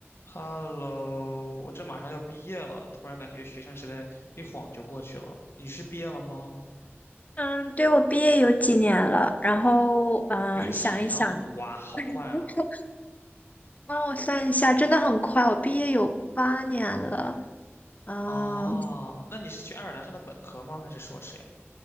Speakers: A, on the left (about 60°); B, on the left (about 35°).
A: Hello，我这马上要毕业了，突然感觉学生时代一晃就过去了。你是毕业了吗？
B: 嗯，对，我毕业有几年了，然后嗯，
A: 有几年了？
B: 想一想
A: 哇，
B: <laughs>，
A: 好快哦！
B: 帮我算一下，真的很快，我毕业有八年了。嗯，
A: 啊，那你是去爱尔兰上的本科吗？还是硕士呀？